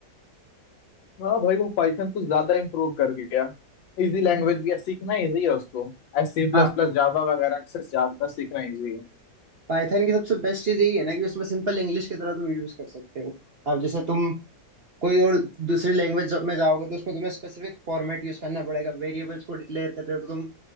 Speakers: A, on the left; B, on the right.
A: हाँ भाई वो पाइथन कुछ ज्यादा इम्प्रूव कर गया इजी लैंग्वेज भी है सीखना इजी है उसको S C plus
B: हाँ
A: plus Java वगैरह से ज्यादा सीखना इजी है
B: पाइथन की सबसे बेस्ट चीज यही है ना कि उसमें सिंपल इंग्लिश की तरह तुम यूज कर सकते हो अब जैसे तुम कोई और दूसरी लैंग्वेज में जाओगे तो उसमें तुम्हें स्पेसिफिक फॉर्मेट यूज करना पड़ेगा वेरिएबल्स को डिक्लेयर कर रहे हो तो तुम